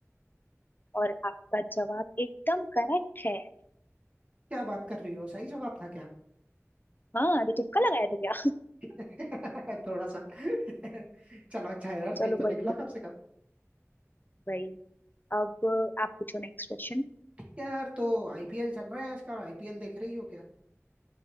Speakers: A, on the left; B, on the right.
A: और आपका जवाब एकदम करेक्ट है
B: क्या बात कर रही हो सही जवाब था क्या
A: हाँ अरे तुक्का लगाया था क्या
B: <laughs> थोड़ा सा <laughs> चलो अच्छा है यार सही
A: चलो
B: तो
A: बढ़िया
B: निकला कम से कम
A: भाई अब आप पूछो नेक्स्ट क्वेश्चन
B: ठीक है यार तो आईपीएल चल रहा है आजकल आईपीएल देख रही हो क्या